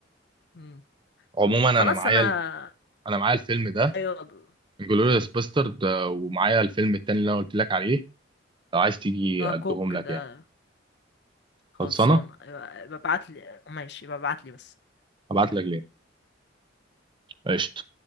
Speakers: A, on the left (about 60°); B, on the right (about 25°).
A: أيوه
B: عموما
A: خلاص
B: انا معايا
A: انا
B: ال- انا معايا الفيلم ده
A: ايوه اللي
B: انجلوريوس باسترد ومعايا الفيلم التاني اللي انا قلت لك عليه لو عايز تيجي
A: هو
B: اديهم
A: كوك
B: لك
A: ده
B: يعني
A: خلصان
B: خلصانه
A: ايوه ببعت لي ماشي ببعت لي بس
B: هبعت لك لينك قشطه